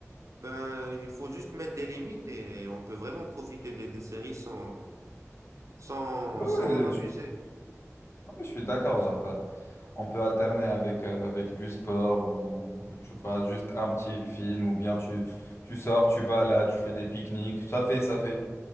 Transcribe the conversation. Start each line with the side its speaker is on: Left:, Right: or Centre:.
Right: Ben, il faut juste mettre des limites et on peut vraiment profiter des, des séries sans, sans,
Left: Oui,
Right: sans
Left: oui,
Right: en abuser.
Left: je, suis ah ouais, je suis d'accord, genre, euh, on peut alterner avec, euh, avec du sport, ou tu vois, juste un petit film, ou bien tu, tu sors, tu balades, tu fais des pique-niques, ça fait, ça fait.